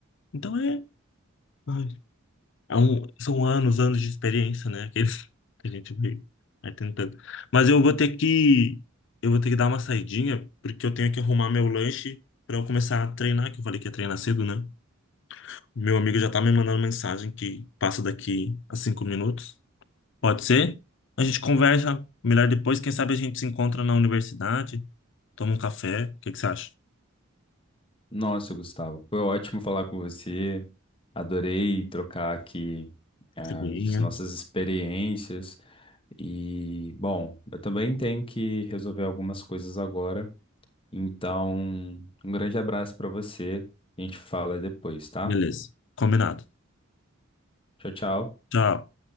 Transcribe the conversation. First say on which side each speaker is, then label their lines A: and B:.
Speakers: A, on the left; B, on the left.
A: Então é, ai, é um- são anos, anos de experiência, né? Que <laughs> que a gente vai, vai tentando. Mas eu vou ter que eu vou ter que dar uma saidinha, porque eu tenho que arrumar meu lanche para eu começar a treinar, que eu falei que ia treinar cedo, né? Meu amigo já tá me mandando mensagem que passa daqui a cinco minutos. Pode ser? A gente conversa melhor depois. Quem sabe a gente se encontra na universidade, toma um café. O que que você acha?
B: Nossa, Gustavo, foi ótimo falar com você. Adorei trocar aqui ah,
A: Tudo
B: as
A: né?
B: nossas experiências. E, bom, eu também tenho que resolver algumas coisas agora. Então, um grande abraço para você. A gente fala depois, tá?
A: Beleza. Combinado.
B: Tchau, tchau.
A: Tchau.